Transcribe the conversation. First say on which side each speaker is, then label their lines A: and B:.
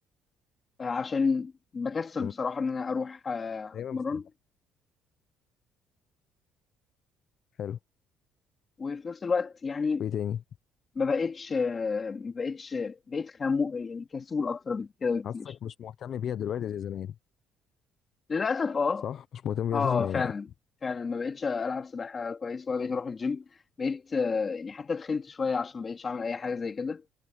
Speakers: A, on the left; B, on the left.
A: آه، عشان بكسل
B: مم.
A: بصراحه ان انا اروح آه،
B: دايما
A: اتمرن
B: بسمع. حلو
A: وفي نفس الوقت يعني
B: وايه تاني
A: ما بقتش ما بقتش بقيت خمو يعني كسول اكتر بكده بكتير
B: حاسسك مش مهتم بيها دلوقتي زي زمان
A: للاسف اه
B: صح مش مهتم بيها
A: اه
B: زي زمان
A: فعلا
B: يعني
A: فعلا ما بقتش العب سباحه كويس ولا بقيت اروح الجيم بقيت آه، يعني حتى تخنت شويه عشان ما بقيتش اعمل اي حاجه زي كده